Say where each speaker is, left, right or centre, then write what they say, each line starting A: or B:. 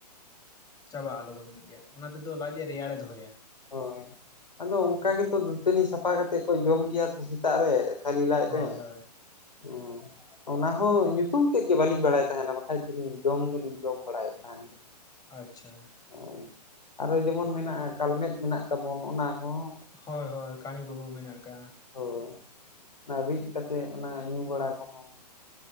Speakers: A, on the left; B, on the left.
A: ᱪᱟᱵᱟᱜᱼᱟ ᱞᱚᱜᱚᱱ ᱧᱚᱜ ᱜᱮ ᱚᱱᱟ ᱛᱮᱫᱚ ᱞᱟᱡ ᱮ ᱨᱮᱭᱟᱲᱮ ᱫᱚᱦᱚᱭᱟ ᱾
B: ᱦᱳᱭ ᱟᱫᱚ ᱚᱱᱠᱟ ᱜᱮᱛᱚ ᱫᱟᱹᱛᱟᱹᱱᱤ ᱥᱟᱯᱷᱟ ᱠᱟᱛᱮᱫ ᱠᱚ ᱡᱚᱢ ᱜᱮᱭᱟ ᱥᱮᱛᱟᱜ ᱨᱮ ᱾ ᱠᱷᱟᱞᱤ ᱞᱟᱡ
A: ᱦᱳᱭ
B: ᱨᱮ,
A: ᱦᱳᱭ
B: ᱦ ᱚᱱᱟ ᱦᱚᱸ ᱧᱩᱛᱩᱢ ᱛᱮᱫ ᱜᱮ ᱵᱟᱹᱞᱤᱧ ᱵᱟᱲᱟᱭ ᱛᱟᱦᱮᱱᱟ, ᱵᱟᱠᱷᱟᱡ ᱡᱚᱢ ᱫᱚᱞᱤᱧ ᱡᱚᱢ ᱫᱚᱞᱤᱧ ᱡᱚᱢ ᱵᱟᱲᱟᱭᱮᱫ ᱛᱟᱦᱮᱱ ᱜᱮ
A: ᱟᱪᱪᱷᱟ ᱾
B: ᱦᱳᱭ ᱟᱨᱚ ᱡᱮᱢᱚᱱ ᱢᱮᱱᱟᱜᱼᱟ ᱠᱟᱞᱢᱮᱫ ᱢᱮᱱᱟᱜ ᱛᱟᱵᱚᱱ ᱚᱱᱟ ᱦᱚᱸ ᱾
A: ᱦᱳᱭ ᱦᱳᱭ ᱠᱟᱹᱲᱤ ᱵᱟᱹᱦᱩ ᱢᱮᱱᱟᱜ ᱟᱠᱟᱜᱼᱟ ᱾
B: ᱚᱱᱟ ᱨᱤᱫ ᱠᱟᱛᱮᱜ ᱚᱱᱟ ᱧᱩ ᱵᱟᱲᱟ ᱠᱚᱦᱚᱸ